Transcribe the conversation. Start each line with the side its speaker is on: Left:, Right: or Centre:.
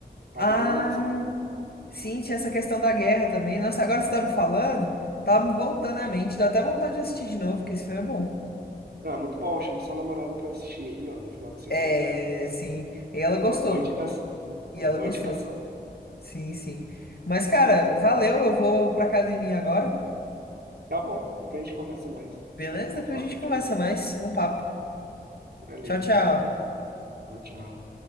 Right: Cada
Left: Ah,
Right: um escolhe.
Left: sim, tinha essa questão da guerra também. Nossa, agora você tá me falando, tá me voltando à mente. Dá até vontade de assistir de novo, porque esse filme é bom.
Right: Ah, muito bom, chama sua namorada pra assistir aí, ó, no final de semana.
Left: É, sim. E ela gostou.
Right: Uma boa indicação.
Left: E
Right: Uma
Left: ela
Right: boa
Left: gostou.
Right: indicação.
Left: Sim, sim. Mas, cara, valeu. Eu vou pra academia agora.
Right: Tá bom, depois a gente conversa mais.
Left: Beleza?
Right: Vamos
Left: Depois
Right: falar
Left: a gente
Right: contigo.
Left: conversa mais. Um papo.
Right: Valeu.
Left: Tchau, tchau.
Right: Tchau, tchau.